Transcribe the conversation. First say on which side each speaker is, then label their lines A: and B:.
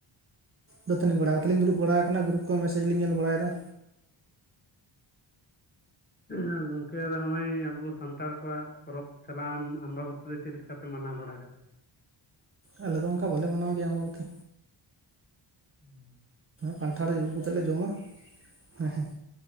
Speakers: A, on the right (about 30°); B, on the left (about 20°).
A: ᱫᱟᱹᱛᱟᱹᱱᱤ ᱵᱟᱲᱟ ᱠᱟᱛᱮᱞᱤ ᱫᱩᱲᱩᱵ ᱵᱟᱲᱟ ᱠᱟᱱᱟ ᱜᱩᱨᱩᱯ ᱠᱚᱨᱮ ᱢᱮᱥᱮᱡᱽ ᱞᱤᱧ ᱧᱮᱞ ᱵᱟᱲᱟᱭ ᱫᱟ
B: ᱦᱩᱸ ᱜᱚᱝᱠᱮ ᱟ ᱱᱚᱜ-ᱚᱭ ᱟᱵᱚ ᱥᱟᱱᱛᱟᱲ ᱠᱚᱣᱟᱜ ᱯᱚᱨᱚᱵᱽ ᱪᱟᱞᱟᱣᱮᱱ ᱟᱢᱵᱟᱵᱚᱛᱤ ᱫᱚ ᱪᱮᱫ ᱞᱮᱠᱟ ᱯᱮ ᱢᱟᱱᱟᱣ ᱵᱟᱲᱟ ᱠᱮᱫᱟ
A: ᱟᱞᱮᱫᱚ ᱚᱱᱠᱟ ᱵᱟᱞᱮ ᱢᱟᱱᱟᱣ ᱜᱮᱭᱟ ᱟᱢᱵᱟᱵᱚᱛᱤ
B: ᱦᱩᱸ
A: ᱠᱟᱱᱴᱷᱟᱲ ᱟᱹᱜᱩ ᱠᱟᱛᱮᱜ ᱞᱮ ᱡᱚᱢ-ᱟ᱾ ᱦᱮᱸ ᱦᱮᱸ